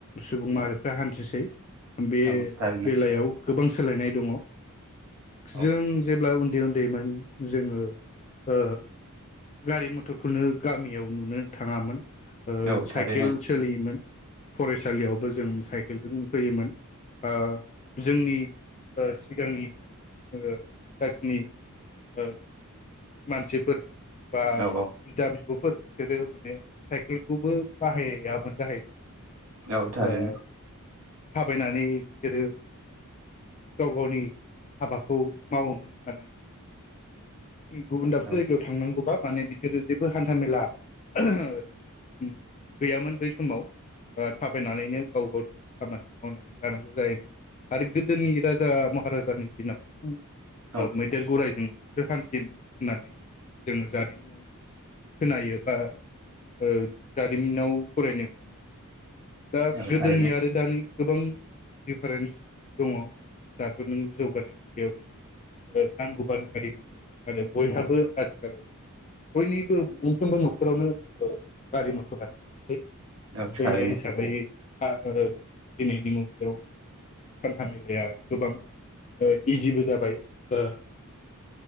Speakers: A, on the left; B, on the right.
A: सुबुं माहारि दा हान्थिसै। बे
B: औ थारैनो
A: बेलायाव गोबां सोलायनाय दङ।
B: औ
A: जों जेब्ला उन्दै उन्दैमोन जोङो ओ गारि मथरखौनो गामियाव नुनो थाङामोन ओ
B: औ थारैनो
A: साइकेल सोलियोमोन। फरायसालियावबो जों साइकेलजों फैयोमोन। ओ जोंनि ओ सिगांनि ओ जाखिनि ओ मानसिफोर बा
B: औ
A: बिदा बिब'फोर बिसोरो माने साइकेलखौबो बाहायामोन जाहैदों। माने
B: औ औ थारैनो
A: ओ थाबायनानै सोरो गाव गावनि हाबाखौ मावोमोन माने। गुबुन दाबसे
B: औ
A: जायगायाव थांनांगौबा माने बि <unintelligible> जेबो हान्थामेला गैयामोन बै समाव। थाबायनानैनो गाव गावनि खामानिखौ मावनानै लानांगौ जायोमोन आरो गोदोनि राजा महाराजानि दिनावथ' नों ओ
B: औ
A: मैदेर, गराइजों सो हान्थियोमोन होननानै जोङो जारिमिनाव खोनायो बा ओ जारिमिनाव फरायनो मोनो। दा
B: औ
A: गोदोनि
B: थारैनो
A: आरो दानि गोबां दिफारेन्स दङ'। दाथ' नों जौगानाय मुगायाव नोङो नांगौबानो <unintelligible> आरो बयहाबो आजि खालाव माने बयनिबो मोनफ्रोमबो न'खरावनो गारि मथरा थाखासै।
B: औ
A: बे
B: थारैनो
A: हिसाबै <unintelligible> दिनैनि मुगायाव बे हान्था मेलाया गोबां ओ इजिबो जाबाय ओ